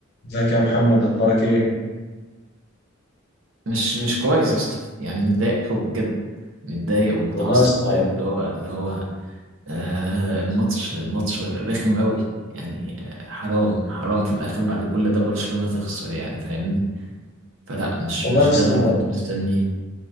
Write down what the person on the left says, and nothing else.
ازيك يا محمد اخبارك ايه
والله يا اسطى
والله
يا اسطى